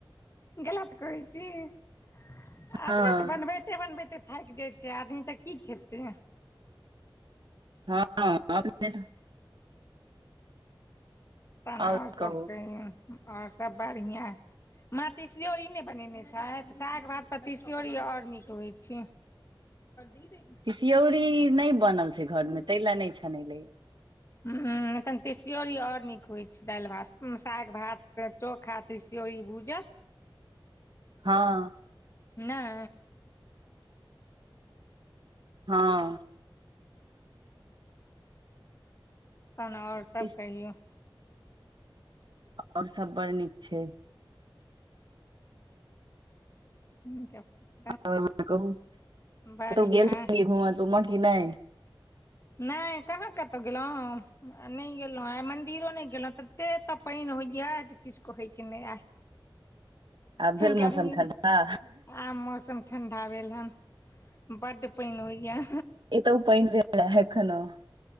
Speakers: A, on the left; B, on the right.
A: गलत कहै छी आ अपने
B: हँ
A: स बनबैत बनबैते बनबैते थैक जाय छै आदमी तऽ की खेते
B: हँ <unintelligible>
A: तहन
B: आओर
A: अओर सभ
B: कहू
A: कहियो और सब बढ़ियां माँ तीसियोरी नै बनेने छैथ साग भात पर तिसियोरी अओर नीक होइ छै <inaudible>
B: तिसियौरी नै बनल छै घरमे तै ले नहि छनेलै
A: उ हॅं तहन तसियोरी और नीक होइ छै दैल पर भात साग भात चोखा तिसियोरी भूजल
B: हँ
A: नै
B: हँ
A: तहन आऐर सब
B: इस-
A: कहियो
B: ओआर सब बड़ नीक छै
A: ह <unintelligible>
B: आ कह
A: बढ़िआँ
B: कतहु गेल छलीयै घुम तुम ऽ की नै
A: नै कहाँ कतहु गेलहुँ नहि गेलहुँ आइ मन्दिरो नै गेलहुँ तऽ ऐते एतऽ पैन होइए जे किसक होइ कि नहि आइ
B: आब भेल
A: गर्मीमे
B: मौसम ठण्डा
A: आब मौसम ठण्डा भेल हन बड पैन होइए
B: एतौ पाइन भेला एखनो